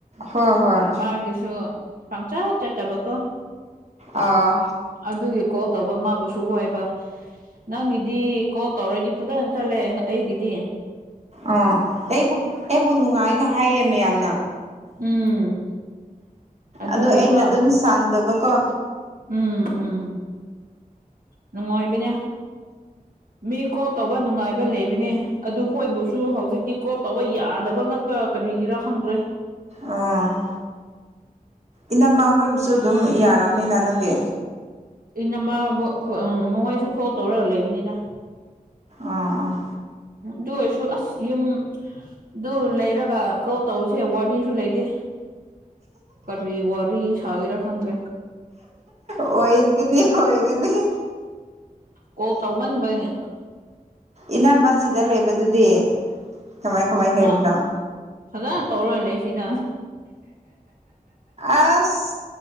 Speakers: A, on the right; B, on the right.
A: ꯍꯣꯏ ꯍꯣꯏ
B: ꯃꯥꯒꯤꯁꯨ ꯄꯪꯆꯥ ꯆꯠꯇꯕꯀꯣ
A: ꯑꯥ
B: ꯑꯗꯨꯒꯤ ꯀꯣꯜ ꯇꯧꯕ ꯃꯥꯕꯨꯁꯨ ꯋꯥꯏꯕ ꯅꯪꯒꯤꯗꯤ ꯀꯣꯜ ꯇꯧꯔꯗꯤ ꯐꯖꯅ ꯆꯠꯂꯦ ꯑꯩꯒꯤꯗꯤ
A: ꯑꯥ ꯑꯩꯕꯨ ꯑꯩꯕꯨ ꯅꯨꯡꯉꯥꯏꯅ ꯍꯥꯏꯌꯦ ꯃꯌꯥꯝꯅ
B: ꯎꯝ ꯑꯗꯨꯒꯤꯀꯣ
A: ꯑꯗꯣ ꯑꯩꯅ ꯑꯗꯨꯝ ꯁꯥꯡꯗꯕꯀꯣ
B: ꯎꯝ ꯎꯝ ꯅꯨꯡꯉꯥꯏꯕꯅꯦ ꯃꯤ ꯀ꯭ꯔꯣꯞ ꯇꯧꯕ ꯅꯨꯡꯉꯥꯏꯕ ꯂꯩꯕꯅꯦ ꯑꯗꯨꯈꯣꯏꯕꯨꯁꯨ ꯍꯧꯖꯤꯛꯇꯤ ꯀ꯭ꯔꯣꯞ ꯇꯧꯕ ꯌꯥꯗꯕ ꯀ ꯀꯔꯤꯒꯤꯔ ꯈꯪꯗ꯭ꯔꯦ
A: ꯑꯥ ꯏꯅꯝꯃ ꯍꯣꯏꯕꯁꯨ ꯑꯗꯨꯝ ꯌꯥꯔꯕꯅꯤꯅ ꯅꯪꯒꯤ
B: ꯏ ꯅꯃ ꯃꯋꯥꯏꯁꯨ ꯈꯣꯛ ꯇꯧꯔꯒ ꯂꯩꯕꯅꯤꯗ
A: ꯑꯥ ꯑꯥ
B: ꯇꯧꯁꯨ ꯑꯁ ꯌ ꯑꯗꯨ ꯂꯩꯔꯒ ꯀꯣ ꯇꯧꯁꯦ ꯋꯥꯔꯤꯁꯨ ꯂꯩꯇꯦ ꯀꯔꯤ ꯋꯥꯔꯤ ꯁꯥꯎꯒꯤꯔ ꯈꯪꯗ꯭ꯔꯦ
A: ꯑꯣꯏꯒꯅꯤ ꯑꯣꯏꯒꯅꯤ
B: ꯀꯣꯛ ꯇꯧꯕꯟꯕꯩꯅꯦ
A: ꯏꯅꯃ ꯁꯤꯗ ꯂꯩꯕꯗꯨꯗꯤ ꯀꯃꯥꯏ ꯀꯃꯥꯏ ꯂꯩꯕꯅꯣ
B: ꯃꯥ ꯐꯖꯅ ꯇꯧꯔꯜꯂꯦ ꯁꯤꯅ
A: ꯑꯁ